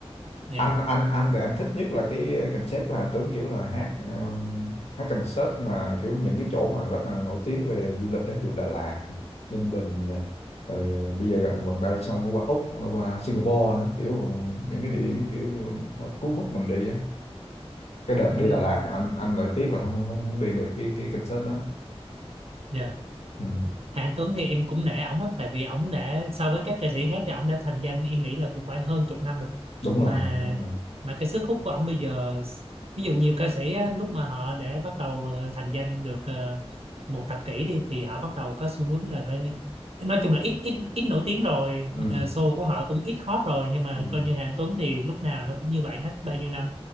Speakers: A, on the right; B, on the left.
A: dạ
B: anh anh anh thì anh thích nhất là cái concept của Hạnh Tuấn kiểu là hát um, hát concert mà kiểu những cái chỗ mà rất là nổi tiếng về du lịch đấy dù Đà Lạt Ninh Bình này rồi bây giờ gần gần đây xong nó qua Úc nó qua Singapore nữa kiểu những cái địa điểm kiểu nó cuốn hút mình đi á cái đợt
A: Ừm,
B: đi Đà Lạt mà anh anh lại tiếc là không không không đi được cái cái concert đó
A: dạ
B: ừ.
A: Hà Anh Tuấn thì em cũng nể ổng á tại vì ổng đã so với các ca sĩ khác thì ổng đã thành danh em nghĩ là cũng phải hơn chục năm rồi
B: đúng
A: mà
B: rồi đúng rồi
A: mà cái sức hút của ông bây giờ ví dụ nhiều ca sĩ á, lúc mà họ đã bắt đầu ờ, thành danh được ờ, một thập kỷ đi thì họ bắt đầu có xu hướng là phải nói chung là ít ít ít nổi tiếng rồi
B: ừ.
A: ờ, show của họ cũng ít hot rồi nhưng mà
B: Ừ.
A: coi như Hà Anh Tuấn thì lúc nào nó cũng như vậy hết bao nhiêu năm